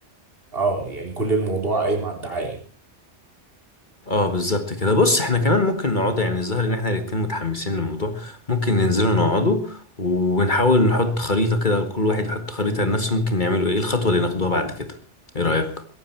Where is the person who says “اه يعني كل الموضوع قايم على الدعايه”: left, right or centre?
Right